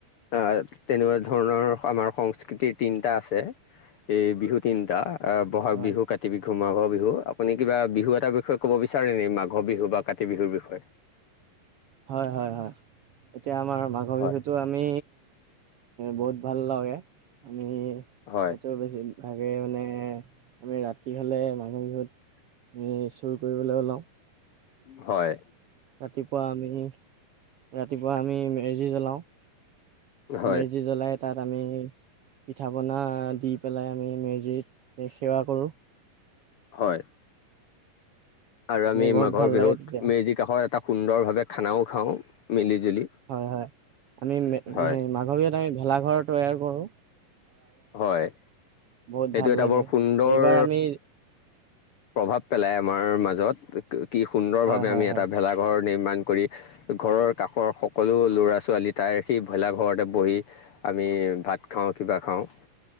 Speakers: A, on the left (about 80°); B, on the right (about 70°).
A: আহ তেনেকোৱা ধৰণৰ আমাৰ সংস্কৃতিৰ তিনিটা আছে এই বিহু তিনিটা। অ বহাগ
B: হয়
A: বিহু, কাতি বি হু মাঘৰ বিহু আপুনি কিবা বিহু এটা বিষয়ে কব বিচাৰে নেকি মাঘৰ বিহু বা কাতি বিহুৰ বিষয়ে <inaudible>
B: হয় হয় হয়, এতিয়া আমাৰ মাঘৰ
A: হয়
B: বিহুটো আমি বহুত ভাল লাগে আমি
A: হয়
B: সেইটো বেছি। ভাগে মানে আমি ৰাতি হ'লে মাঘৰ বিহুত আমি চুৰ কৰিবলৈহে ওলাও।
A: হয়।
B: ৰাতিপুৱা আমি ৰাতিপুৱা আমি মেজি জ্বলাওঁ।
A: হয়
B: মেজি জ্বলাই তাত আমি। পিঠা পনা দি পেলাই আমি মেজিত সেৱা কৰোঁ।
A: হয়। আৰু আমি
B: বহুত
A: মাঘৰ
B: ভাল
A: বিহুত
B: লাগে তেতিয়া
A: মেজি কাষৰ এটা সুন্দৰ ভাৱে খানাও খাওঁ মিলি। জুলি।
B: হয় হয় আমি
A: হয়
B: মাঘৰ বিহুত আমি ভেলাঘৰ তৈয়াৰ কৰো।
A: হয়
B: বহুত
A: সেইটো
B: ভাল
A: এটা
B: লাগে
A: বৰ সুন্দৰ
B: এইবাৰ আমি
A: প্ৰভাৱ পেলাই আমাৰ মাজত কি সুন্দৰ
B: হয়
A: ভাৱে
B: হয়
A: আমি
B: হয়
A: এটা ভেলাঘৰ। নিৰ্মাণ কৰি ঘৰৰ কাষৰ সকলো ল'ৰা ছোৱালী তাই সি ভেলাঘৰতে বহি আমি ভাত খাওঁ কিবা খাওঁ।